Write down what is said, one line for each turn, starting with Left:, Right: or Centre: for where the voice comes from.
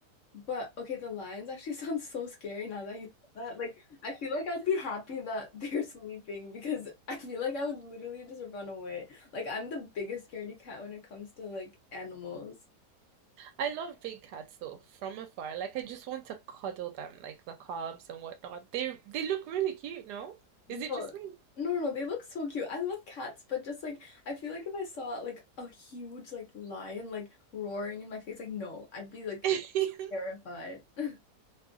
Left: But okay, the lions actually <laughs> sounds so scary now that you said that. Like, I feel like I'd be happy that <laughs> they're sleeping because I feel like I would literally just run away. Like, I'm the biggest scaredy cat when it comes to like animals.
Right: I love big cats though, from afar. Like I just want to cuddle them, like the cubs and whatnot. They they look really cute, no?
Left: No,
Right: Is it just me?
Left: no, no, no, they look so cute. I love cats, but just like I feel like if I saw like a huge like lion like roaring in my face, like no, I'd be like
Right: <laughs>
Left: terrified. <laughs>